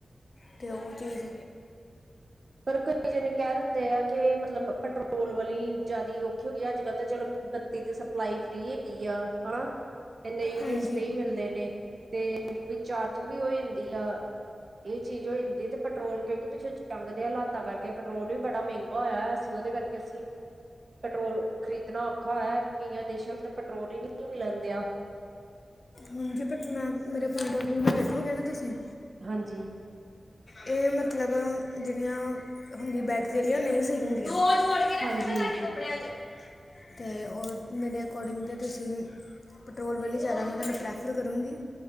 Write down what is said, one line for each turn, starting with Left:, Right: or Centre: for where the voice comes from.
Left: ਅਤੇ ਉਹ ਚੀਜ਼
Right: ਪਰ ਕਹਿ ਦਿੰਦੇ ਆ ਕਿ ਮਤਲਬ ਪੈਟਰੋਲ ਵਾਲੀ ਜਿਆਦਾ ਔਖੀ ਹੋ ਗਈ ਆ ਅੱਜ ਕੱਲ ਤਾਂ ਚਲੋ ਦੀ ਸਪਲਾਈ ਫ੍ਰੀ ਹੈਗੀ ਆ। ਹਨਾ, ਇੰਨੇ ਯੂਨਿਟ
Left: ਹਾਂਜੀ
Right: ਫ੍ਰਰੀ ਮਿਲਦੇ ਨੇ। ਤੇ। ਵਿੱਚ ਚਾਰਜਿੰਗ ਵੀ ਹੋ ਜਾਂਦੀ ਆ। ਇਹ ਚੀਜ਼ ਹੋ ਜਾਂਦੀ ਤੇ। ਪੈਟਰੋਲ ਕਿਉਂਕਿ, ਪਿੱਚੇ ਜੰਗ- ਦੇ ਹਾਲਾਤਾਂ ਕਰਕੇ ਪੈਟਰੋਲ ਵੀ ਬੜਾ ਮਹਿੰਗਾ ਹੋਇਆ ਸੀ ਉਹਦੇ ਕਰਕੇ ਅਸੀਂ ਪੈਟਰੋਲ ਖ਼ਰੀਦਣਾ ਔਖਾ ਹੈ ਕਈਆਂ ਦੇਸ਼ਾਂ ਵਿੱਚ ਤਾਂ ਪੈਟਰੋਲ ਹੀ ਨਹੀਂ ਮਿਲਣ ਡਿਆ <inaudible>
Left: ਹਾਂਜੀ ਬੱਟ ਮੈਂ ਮੇਰੇ ਪੁਆਇੰਟ ਔਫ ਵਿਊ ਨਾਲ ਵੇਖੋਗੇ ਨਾ ਤੁਸੀਂ
Right: ਹਾਂਜੀ
Left: ਇਹ ਮਤਲਬ ਜਿਹੜੀਆਂ ਹੁੰਦੀ ਬੈਟਰੀ ਵਾਲੀਆਂ ਨਹੀਂ ਸਹੀ ਹੁੰਦੀਆਂ ਕੇ ਰੱਖੇ
Right: ਹਾਂਜੀ
Left: ਮੈਂ ਤੁਹਾਡੇ ਕੱਪੜਿਆਂ ਅਤੇ ਉਹ ਮੇਰੇ ਅਕੋਡਿੰਗ ਤਾਂ ਤੁਸੀਂ ਪੈਟਰੋਲ ਵਾਲੀ ਜ਼ਿਆਦਾ ਮ- ਸਫ਼ਰ ਕਰੂੰਗੀ